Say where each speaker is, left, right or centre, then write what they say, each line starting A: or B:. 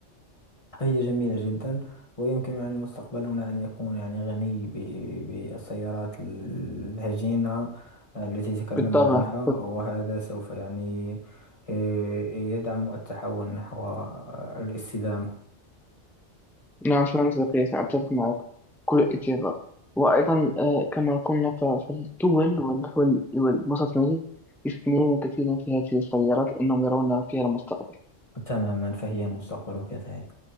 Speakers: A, on the left; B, in the centre.
A: فهي جميلة جدا ويمكن يعني مستقبلنا أن يكون يعني غني ب- بالسيارات الهجينة التي تكلمنا
B: بالطبع
A: عنها وهذا سوف يعني آه، يدعم التحول نحو الاستدامة
B: نعم شكرا صديقي أتفق معك كل إثيوبيا وأيضا آه، كما قلنا ف- فالدول والدول والوسط المالي يستثمرون كثيرا في هذه السيارات لأنهم يرون فيها المستقبل
A: تماما فهي المستقبل كذلك